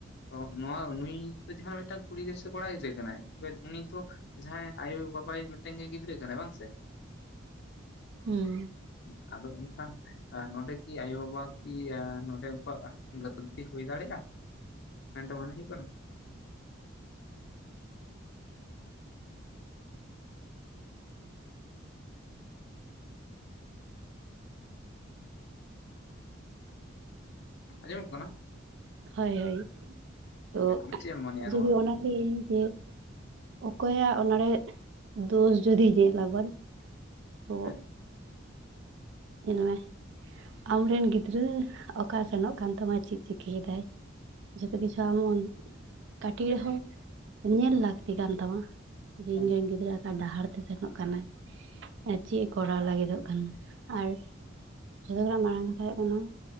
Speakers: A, on the left; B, on the right.
A: ᱛᱚ ᱱᱚᱣᱟ ᱱᱩᱭ ᱡᱟᱦᱟᱸᱱᱟᱜ ᱢᱤᱫᱴᱟᱝ ᱠᱩᱲᱤ ᱜᱤᱫᱨᱟᱹ ᱥᱮ ᱠᱚᱲᱟ ᱜᱤᱫᱽᱨᱟᱹ ᱠᱟᱱᱟᱭ, ᱩᱱᱤ ᱛᱚ ᱡᱟᱦᱟᱸᱭ ᱟᱭᱳ ᱵᱟᱵᱟᱭᱤᱡ ᱢᱤᱫᱴᱮᱱ ᱜᱮ ᱜᱤᱫᱽᱨᱟᱹ ᱠᱟᱱᱟᱭ, ᱵᱟᱝ ᱥᱮ?
B: ᱦᱩᱸ᱾
A: ᱦᱮᱸ, ᱟᱫᱚ ᱮᱱᱮᱠᱷᱟᱱ ᱟᱸ ᱱᱚᱸᱰᱮ ᱠᱤ ᱟᱭᱳ ᱵᱟᱵᱟ ᱠᱤ ᱱᱚᱸᱰᱮ ᱩᱱᱠᱩᱣᱟᱜ ᱜᱟᱹᱞᱛᱤ ᱦᱩᱭ ᱫᱟᱲᱮᱭᱟᱜᱼᱟ? ᱢᱮᱱᱫᱚ ᱢᱚᱱᱮ ᱦᱩᱭᱩᱜ ᱠᱟᱱᱟ? ᱟᱸᱡᱚᱢᱚᱜ ᱠᱟᱱᱟ?
B: ᱦᱳᱭ ᱦᱳᱭ, ᱛᱚ
A: ᱦᱮᱸ ᱟᱢ ᱪᱮᱫ ᱮᱢ ᱢᱚᱱᱮᱭᱟ
B: ᱡᱩᱫᱤ
A: ᱱᱚᱣᱟ
B: ᱚᱱᱟ ᱞᱟᱹᱭᱟᱹᱧ ᱡᱮ ᱚᱠᱚᱭᱟᱜ ᱚᱱᱟ ᱨᱮ ᱫᱳᱥ ᱡᱩᱫᱤ ᱧᱮᱞ ᱟᱵᱚᱱ ᱛᱚ
A: ᱦᱮᱸ᱾
B: ᱧᱮᱞ ᱢᱮ ᱟᱢᱨᱮᱱ ᱜᱤᱫᱽᱨᱟᱹ ᱚᱠᱟ ᱥᱮᱱᱚᱜ ᱠᱟᱱ ᱛᱟᱢᱟ, ᱪᱮᱫ ᱪᱤᱠᱟᱹᱭ ᱮᱫᱟᱭ᱾ ᱡᱷᱚᱛᱚ ᱠᱤᱪᱷᱩ ᱟᱢ ᱚᱱ ᱠᱟᱹᱴᱤᱡ ᱨᱮᱦᱚᱸ
A: ᱮᱠᱟᱞ
B: ᱧᱮᱞ ᱞᱟᱹᱠᱛᱤ ᱠᱟᱱ ᱛᱟᱢᱟ ᱡᱮ
A: ᱮᱠᱟᱞ
B: ᱤᱧᱨᱮᱱ ᱜᱤᱫᱽᱨᱟᱹ ᱰᱟᱦᱟᱨ ᱛᱮ ᱥᱮᱱᱚᱜ ᱠᱟᱱᱟᱭ, ᱟᱨ ᱪᱮᱫ ᱮ ᱠᱚᱨᱟᱣ ᱞᱟᱹᱜᱤᱫᱚᱜ ᱠᱟᱱᱟ ᱾ ᱟᱨ ᱡᱷᱚᱛᱚ ᱠᱷᱚᱱᱟᱜ ᱢᱟᱨᱟᱝ ᱠᱟᱛᱷᱟ ᱦᱳᱭᱳᱜ ᱠᱟᱱᱟ,